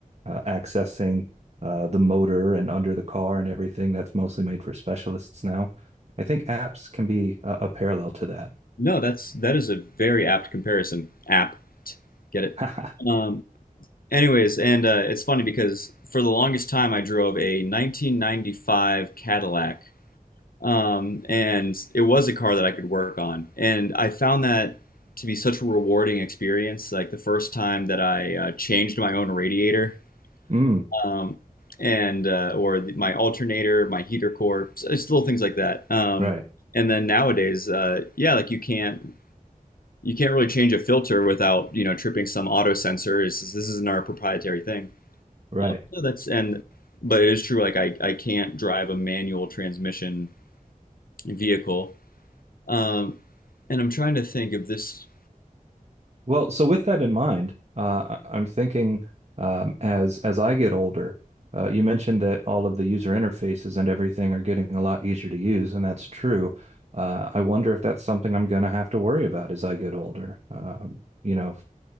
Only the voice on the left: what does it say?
No, that's that is a very apt comparison. Apt, get it?
Um, anyways, and uh, it's funny because for the longest time I drove a 1995 Cadillac, um, and it was a car that I could work on, and I found that to be such a rewarding experience. Like the first time that I uh, changed my own radiator
um, and uh, or the, my alternator, my heater core, s- just little things like that. Um,
and then nowadays, uh, yeah, like you can't you can't really change a filter without you know tripping some auto sensor. It's, just- this isn't our proprietary thing.
So that's and but it is true. Like I I can't drive a manual transmission vehicle. Um, and I'm trying to think of this.